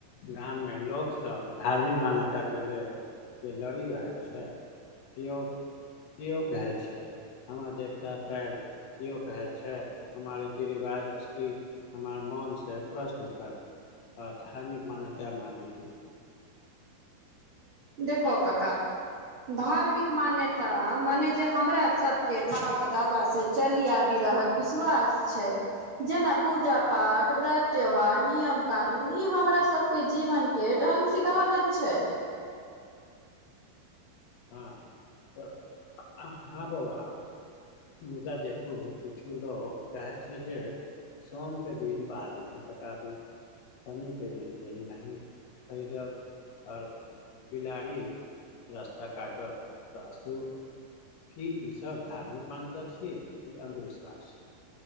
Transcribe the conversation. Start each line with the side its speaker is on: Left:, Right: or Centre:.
Left: गाममे लोक सब धार्मिक मान्यताके लेल के लड़ि रहल छै, किओ केओ कहै छै, हमर देवता पैघ केओ कहै छै, हमर रीति रिवाज असली हमर मोनसँ प्रश्न उठल आ धार्मिक मान्यता माने के
Right: देखो क का धार्मिक मान्यता मने जे हमरा सबके बाप दादा से चलि आबि रहल विश्वास छै। जेना पूजा पाठ व्रत त्यौहार नियम कानून ई हमरा सब के जीवन के ढंग सीखा बैत छै
Left: हँ त हँ बौआ मुदा देखू किछु लोक कहाहै छै जे सोमके दिन बाल नहि कटाबू शनिके दिन तेल नहि खरीदब आओर बिलाड़ि रास्ता काटब त अशुभ की ईसभ धार्मिक मान्यता छियै, कि अन्धविश्वास